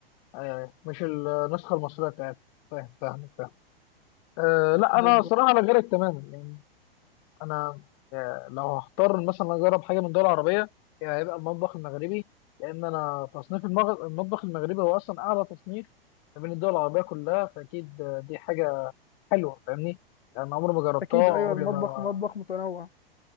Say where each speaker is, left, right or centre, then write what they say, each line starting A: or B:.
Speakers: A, on the left (about 45°); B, on the left (about 80°).
A: ايوه ايوه مش النسخة المصرية بتاعتك فاهم فاهمك فاهم أه لا
B: بالظبط
A: انا صراحة انا غيرك تماما يعني انا آه، لو هختار مثلا اجرب حاجة من دولة عربية يعني هيبقى المطبخ المغربي لان انا تصنيف المغ- المطبخ المغربي هو اصلا اعلى تصنيف ما بين الدول العربية كلها فاكيد آه، دي حاجة حلوه فاهمني يعني عمري ما جربتها
B: أكيد أيوه
A: عمري
B: المطبخ
A: ما
B: مطبخ متنوع